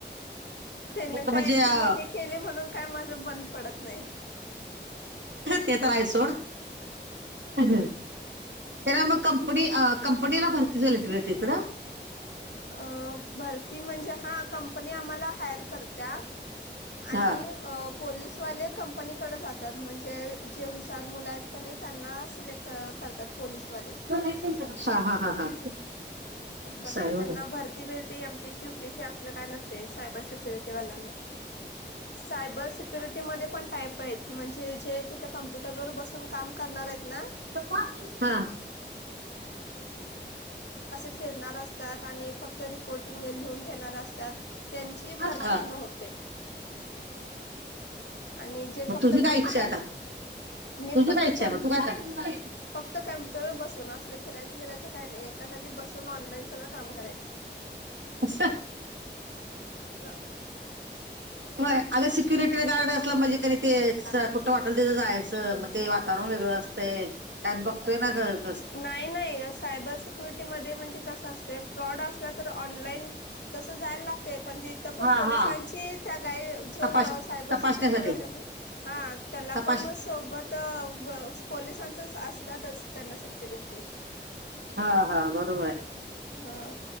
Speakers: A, on the left; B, on the right.
A: त्यांना
B: म्हणजे
A: काय एकटी
B: अ
A: हे केले म्हणून काय माझं बंद पडत नाही
B: ते तरय सोड त्याला मग कंपनी कंपनीला भरतीच लेटर येत इकडं
A: अ भरती म्हणजे हा कंपनी आम्हाला हायर करत्या आणि
B: हा
A: पोलीसवाले कंपनीकडे जातात म्हणजे जे हुशार मुलं आहेत कणी त्यांना सिलेक्ट करतात पोलीसवाले
B: हा हा हा हा
A: असं असं
B: आहे होय.
A: त्यांना भरती फिरती एमपीसी यूपीसी असलं काय नसते सायबर सिक्युरिटी वाला स्य म्हणे कम्प्युटर वर बसून काम करणार आहेत क
B: हा.
A: फिरणार असतात आणि फक्त रिपोर्टिंग लिहून घेणार असतात त्यांची भरतीच
B: हा.
A: नव्हते
B: <inaudible>
A: आणि जे
B: मग
A: फक्त
B: तुझी काय
A: कम्प्युटर
B: इच्छा आहे आता?
A: मी
B: तुझी
A: फक्त
B: काय इच्छा
A: कम
B: आहे मग तू काय करणार?
A: फक्त कम्प्युटरवर बसून असले फिरायचं फिरायचं काही नाही एकाग बसून ऑनलाईन सगळं काम करायच
B: <unintelligible> <inaudible>
A: ह
B: होय अग सिक्युरिटी गार्ड असलं म्हणजे का ते कुठं वाटल तें जाय असं म ते वातावरण वेळ असते बघतोय ना का
A: नाही नाही सायबर सिक्युरिटी म म्हणजे कस फ्रॉड असल्या तर ऑनलाईन तसं जायला लागते पण तिथं पण
B: हा
A: पोलिसांची
B: हा
A: त्या गाईड जो
B: तपास
A: सायबर
B: तपासण्यासाठी
A: सिक्युरिटी वाल्या ना हा त्याला
B: तपास
A: पण सोबत पोलिसांचच असतातच त्यांना सिक्युरिटी
B: हा हा बरोबर आहे
A: हा